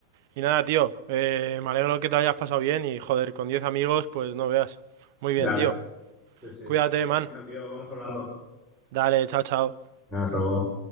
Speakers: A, on the right; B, in the centre.
A: Y nada, tío, eh, me alegro que te lo hayas pasado bien y joder, con 10 amigos, pues no veas. Muy bien,
B: Ya
A: tío.
B: ves. Sí, sí.
A: Cuídate,
B: Pues
A: man.
B: genial, tío, vamos hablando.
A: Dale, chao, chao.
B: Hasta luego.